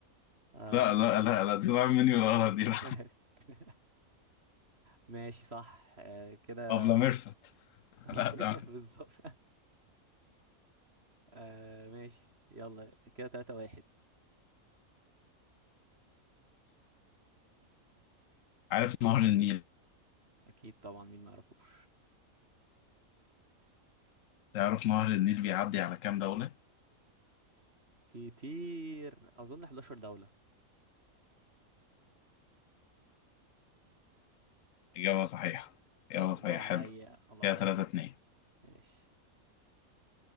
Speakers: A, on the right; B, on the left.
A: آه.
B: لا لا لا لا دي ضاع مني الغلط دي لا
A: <laughs> ماشي صح آه كده
B: <laughs> أبلة ميرفت
A: <laughs>
B: لا تمام
A: بالظبط آه ماشي يلا كده تلاتة واحد
B: عارف نهر النيل
A: اكيد طبعا مين ما يعرفوش
B: تعرف نهر النيل بيعدي على كام دولة؟
A: كتير اظن 11 دولة
B: إجابة صحيحة إجابة
A: الله
B: صحيحة حلو
A: عليا الله
B: كده
A: عليا
B: تلاتة اتنين
A: ماشي